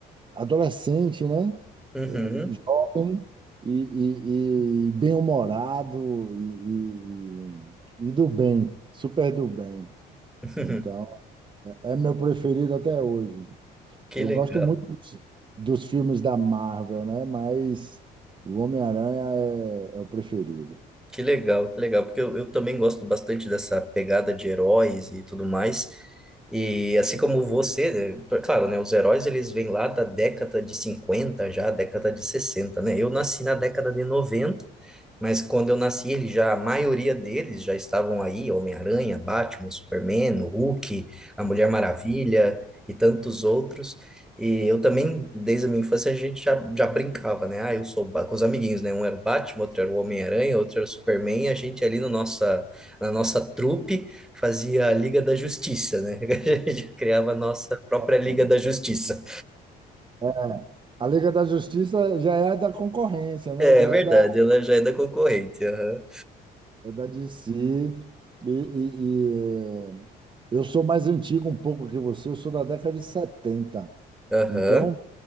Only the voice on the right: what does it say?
adolescente, né?
Eh, Jovem e, e- e bem-humorado e, e- e do bem, super do bem.
Então, é meu preferido até hoje.
Eu
gosto muito dos, dos filmes da Marvel, né? Mas o Homem-Aranha é é o preferido.
<laughs>
É, a Liga da Justiça já é da concorrência, né?
Já
é da,
é da DC. E, e- e, eh, eu sou mais antigo um pouco que você, eu sou da década de 70.
Então,